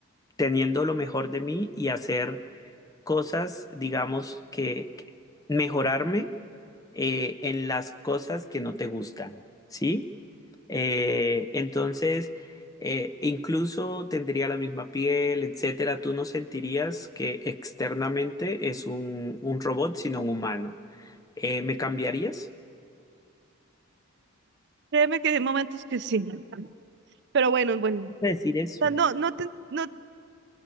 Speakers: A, on the left (about 15°); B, on the right (about 50°).
A: teniendo lo mejor de mí y hacer cosas, digamos, que, que mejorarme eh, en las cosas que no te gustan, ¿sí? Eh, entonces, eh, incluso tendría la misma piel, etcétera. Tú no sentirías que externamente es un, un robot, sino un humano. Eh, ¿me cambiarías?
B: Créeme que hay momentos que sí. Pero bueno, bueno.
A: No sé Decir eso.
B: O sea, no, no te, no,